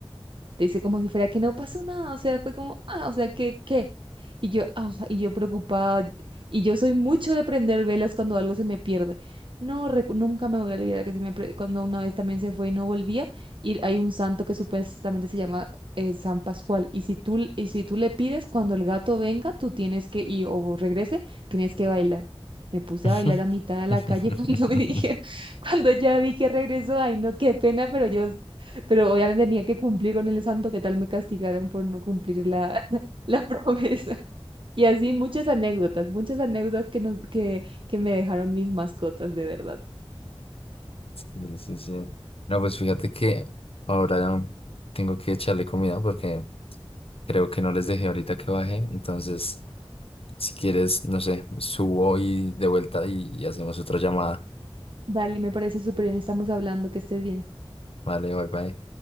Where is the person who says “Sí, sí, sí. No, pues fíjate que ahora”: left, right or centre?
Left